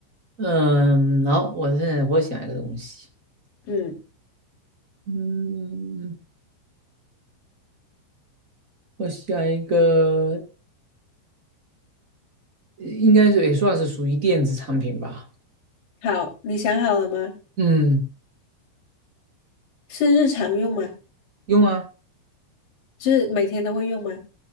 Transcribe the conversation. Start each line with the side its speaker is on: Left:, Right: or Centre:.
Right: 嗯，好，我现在我想一个东西，
Left: 嗯，
Right: 嗯，我想一个，应该是也算是属于电子产品吧，
Left: 好，你想好了吗？
Right: 嗯，
Left: 是日常用吗？
Right: 用啊，
Left: 是每天都会用吗？